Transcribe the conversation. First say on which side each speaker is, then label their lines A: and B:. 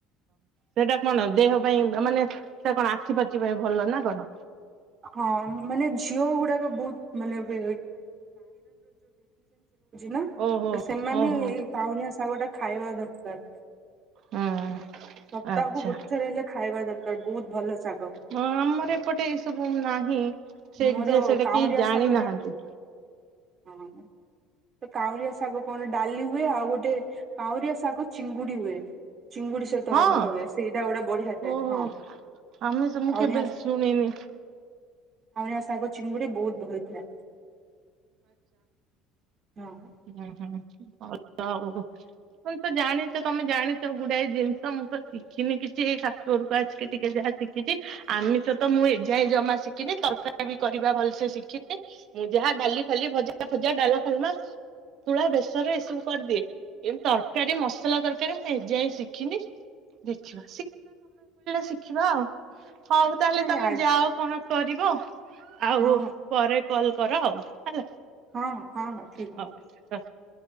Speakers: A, on the right; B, on the right.
A: ସେଇଟା କଣ ଦେହ ପାଇଁ ମାନେ ସେ କଣ ଆଖି ପାଖି ପାଇଁ ଭଲ ନା କଣ?
B: ହଁ ମାନେ ରହୁଚି ନା
A: ଓହୋ
B: ତ ସେମାନେ
A: ହଉ ହଉ।
B: ସାତ
A: ହୁଁ
B: ସପ୍ତାହକୁ
A: ଆଚ୍ଛା
B: ଗୋଟେ ଥର ହେଲେ ଖାଇବା ଦରକାର ବୋହୁତ ଭଲ ଶାଗ।
A: ହଁ ଆମର ଏପଟେ ଏଇ ସବୁ ନାହିଁ। ସେ
B: ମୋର
A: ଯେ ସେଇଟା
B: କାଉଁରିଆ
A: କେହି ଜାଣିନାହାନ୍ତି।
B: ଶାଗ ଟା ହଁ ତ କାଉରିଆ ଶାଗ କଣ ଡାଲି ହୁଏ ଆଉ ଗୋଟେ କାଉରିଆ ଶାଗ ଚିଙ୍ଗୁଡି ହୁଏ। ଚିଙ୍ଗୁଡି ସହିତ
A: ହଁ।
B: ରନ୍ଧାହୁଏ ସେଇଟା ଗୋଟେ ବଢିଆ ଥାଏ
A: ଓହୋ।
B: ହଁ
A: ଆମେ ସେ ମୁଁ
B: କାଉଁନିଆ
A: କେବେ
B: ଶା
A: ଶୁଣିନି।
B: କାଉଁରିଆ ଶାଗ ଚିଙ୍ଗୁଡି ବୋହୁତ ଭଲ ଥାଏ। ହଁ
A: ଉଁ ହୁଁ। ଭଲ ଆଉ। ତ ଜାଣିଚ ତମେ ଜାଣିଚ ଗୁଡାଏ ଜିନିଷ ମୁଁ ତ ଶିଖିନି କିଛି ଏଇ ଶାଶୁଘରକୁ ଆସିକି ଟିକେ ଯାହା ଶିଖିଛି ଆମିଷ ତ ମୁଁ ଏ ଯାଏଁ ଜମା ଶିକିନି ତରକାରୀ ବି କରିବା ଭଲ ଭଲସେ ଶିଖିନି ମୁଁ ଯାହା ଡାଲି ଫାଲି, ଭଜା ଫଜା, ଡାଲମା ଫାଲମା, ସନ୍ତୁଳା, ବେସର, ଏସବୁ କରିଦିଏ। ତରକାରୀ ମସଲା ତରକାରୀ ଏ ଯାଏଁ ଶିଖିନି ଦେଖିବା ଶିଖି ହୋଉ ତାହେଲେ
B: ନାଇଁ
A: ତମେ
B: ଆଜି
A: ଯାଅ କଣ କରିବ ଆଉ।
B: ହଁ
A: ପରେ କଲ କର ଆଉ ହେଲା।
B: ହଁ ହଁ ହଁ ହଁ ଠିକ
A: ହଉ।
B: ଅଛି।